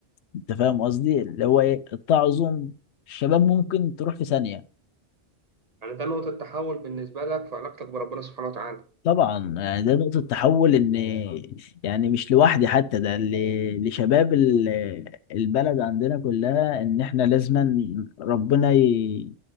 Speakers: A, on the left; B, on the right.
A: انت فاهم قصدي اللي هو ايه التعظم الشباب ممكن تروح في ثانيه
B: يعني ده نقطة تحول بالنسبة لك في علاقتك بربنا سبحانه وتعالى
A: طبعا يعني ده نقطة تحول ان يعني مش لوحدي حتى ده ل- لشباب ال- البلد عندنا كلها ان احنا لازما ربنا ي...